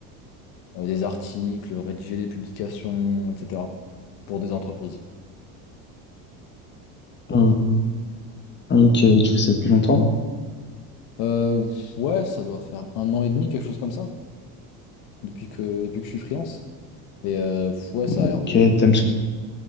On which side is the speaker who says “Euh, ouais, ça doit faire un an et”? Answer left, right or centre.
Left